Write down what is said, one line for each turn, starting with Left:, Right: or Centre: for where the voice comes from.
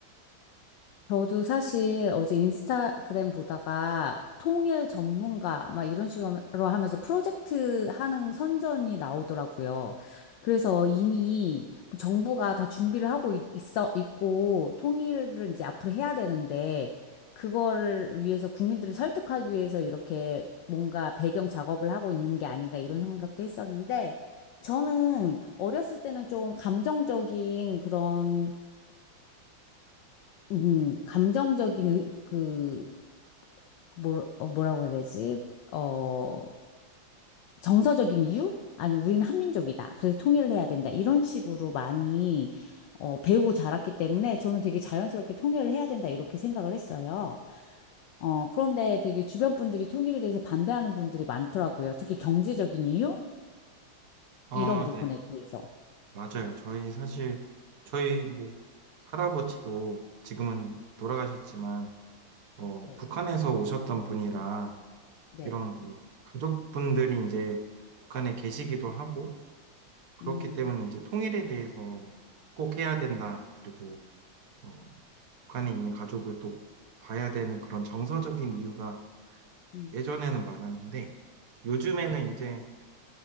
Left: 저도 사실 어제 인스타그램 보다가 통일 전문가 막 이런 식으로 하면서 프로젝트 하는 선전이 나오더라고요. 그래서 이미 뭐 정부가 다 준비를 하고 있- 있어 있고 통일을 이제 앞으로 해야 되는데 그거를 위해서 국민들을 설득하기 위해서 이렇게 뭔가 배경 작업을 하고 있는 게 아닌가 이런 생각도 했었는데 저는 어렸을 때는 좀 감정적인 그런 음, 감정적인 의- 그 뭐 어, 뭐라고 해야 되지? 어, 정서적인 이유? 아니, 우리는 한민족이다. 그래서 통일을 해야 된다. 이런 식으로 많이 어, 배우고 자랐기 때문에 저는 되게 자연스럽게 통일을 해야 된다. 이렇게 생각을 했어요. 어, 그런데 되게 주변 분들이 통일에 대해서 반대하는 분들이 많더라고요. 특히 경제적인 이유?
Right: 아,
Left: 이런 부분에
Right: 네.
Left: 대해서.
Right: 맞아요. 저희 사실, 저희 뭐, 할아버지도 지금은 돌아가셨지만, 어,
Left: 네,
Right: 북한에서 오셨던 분이라,
Left: 네,
Right: 이런 뭐, 가족분들이 이제 북한에 계시기도 하고, 그렇기
Left: 음,
Right: 때문에 이제 통일에 대해서 막꼭 해야 된다. 그리고, 어, 북한에 있는 가족을 또 봐야 되는 그런 정서적인 이유가
Left: 음,
Right: 예전에는 많았는데 요즘에는
Left: 네,
Right: 이제